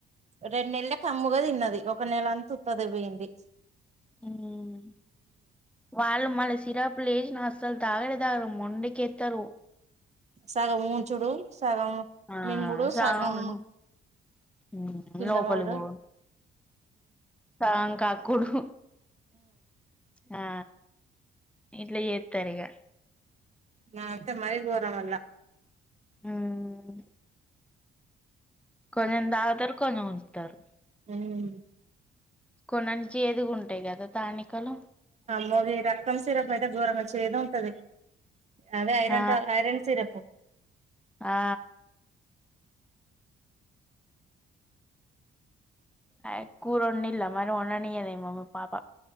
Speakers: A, on the right; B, in the centre.
A: రెండునెల్లె కమ్ముగా తిన్నది. ఒక నెలంతా ఉత్తదే పోయింది.
B: ఉమ్ వాళ్ళు‌ మళ్లీ సిరప్లు వేసి నా అసల్ తాగే విధానం మొండిచేత్తారు
A: సగం ఉంచుడు సగం
B: ఆ
A: మింగుడు
B: సగంను
A: సగం
B: ఉమ్
A: కింద
B: లోపలికిపోవుడు
A: పడుడు
B: సగం కక్కుడు హా ఇట్ల చేతర్ ఇగ
A: నద్ అత్తే మరి గోరమమ్మ
B: మ్మ్ కొంచెం తాగుతారు కొంచెం ఉంచుతారు
A: హ్మ్
B: కొనొన్ని చేదుగుంటాయ్ కదా తనికలు
A: అమ్మో గి రక్తం సిరప్ అయితే ఘోరంగా చేదు ఉంటది అదే ఐరన్
B: ఆ
A: టా‌ ఐరన్ సిరప్పు
B: ఆ అ కూరొండిల్లా మరి ఓండనీయదేమో మీ పాప